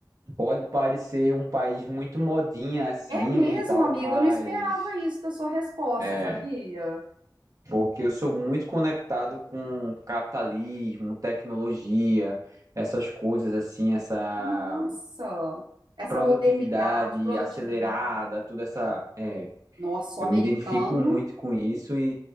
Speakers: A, on the right; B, on the right.
A: Pode parecer um país muito modinha assim,
B: É mesmo,
A: né, e tal,
B: amigo,
A: mas
B: eu não esperava isso da sua resposta,
A: é,
B: sabia?
A: porque eu sou muito conectado com capitalismo, tecnologia, essas coisas assim, essa
B: Nossa, essa
A: produtividade
B: modernidade, produtividade.
A: acelerada, toda essa, é,
B: Nossa,
A: eu
B: o americano,
A: me identifico muito com isso